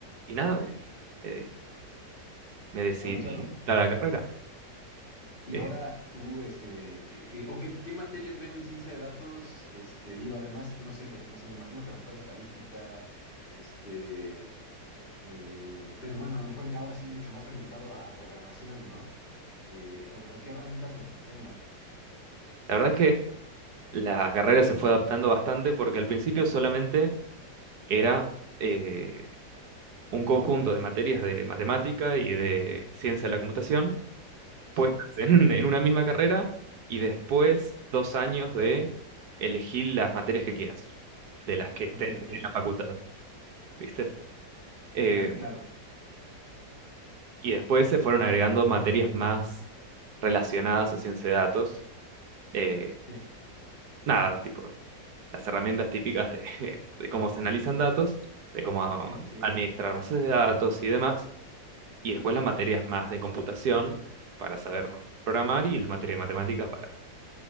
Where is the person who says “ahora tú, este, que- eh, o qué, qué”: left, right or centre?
Left